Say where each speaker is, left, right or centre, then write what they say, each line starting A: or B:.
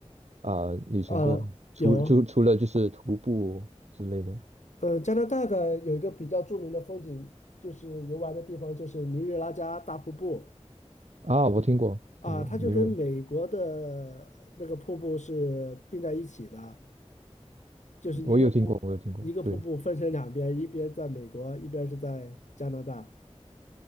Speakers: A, on the right; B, on the left.
A: 啊、旅行过吗？
B: 呃，
A: 除除除了就是徒步之类的
B: 有，呃，加拿大的有一个比较著名的风景，就是游玩的地方，就是尼日拉加大瀑布
A: 啊，我听过听过尼瑞，
B: 啊，它就跟美国的那个瀑布是并在一起的，就是一个瀑一个瀑布分成两边，
A: 我有听过我有听过，对。
B: 一边在美国，一边是在加拿大，